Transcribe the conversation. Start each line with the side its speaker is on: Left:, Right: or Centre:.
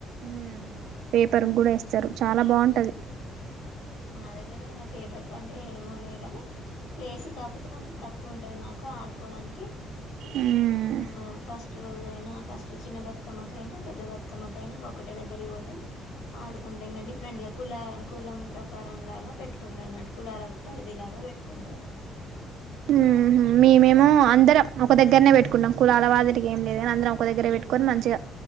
Right: ఉమ్ ఉ పేపర్ కూడా ఇస్తారు చాలా బాగుంటది
Left: మా దగ్గర ఇంగ పేపర్ కంటే ఏమోలే గని ప్లేస్ కాకపోతే కొంచెం తక్ కువ ఉంటది మాకు ఆడుకోవడానికి కి
Right: ఉమ్
Left: ఇంగా ఫస్ట్ ఫస్ట్ రోజయినా ఫస్ట్ చిన్న బతుకమ్మకైన, పెద్ద బతుకమ్మకైన, ఒకటే దగ్గరికి పోతాం. ఆడుకుంటాం. ఇంగా డిఫరెంట్ గా కుల కు ప్ర కారం లాగా పెట్టుకుంటారు అనమాట. కులాల పరిధి లాగా పెట్టుకుంటరు.
Right: ఉ హు మేమేమో
Left: పెట్టుకో
Right: అందరం ఒక దగ్గరనే పెట్టుకున్ ట్కున్నాం కులాల వాదిరిగి ఏం లేదు గాని అందరం ఒక దగ్గరే పెట్టుకొని మంచిగా